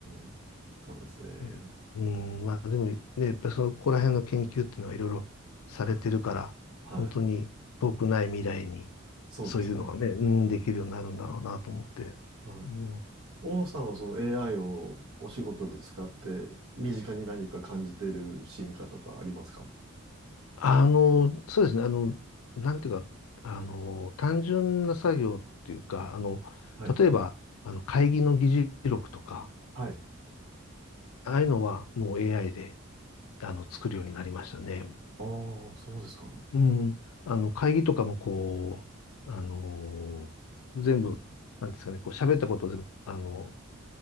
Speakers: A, on the right (about 80°); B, on the left (about 90°).
A: ん。そうですね。
B: えうん、まあでもね、やっぱりそのここら辺の研究っていうのはいろいろされてるから、
A: はい。はい。
B: 本当に遠くない未来に、
A: そうですね。
B: そういうのがね、うん、できるようになるんだろうなと思って。
A: はい。
B: うん、
A: 大野さんはその AI をお仕事で使って、身近に何か感じている進化とかありますか
B: あの、そうですね、あの、なんていうか、あの、単純な作業っていうか、あの、
A: はい。
B: 例えば、あの、会議の議事録とか、
A: はい。
B: ああいうのはもう AI であの作るようになりましたね。
A: ああ、そうですか。
B: うん。あの、会議とかもこう、あのー全部、なんですかね、こう喋ったことを全部、あの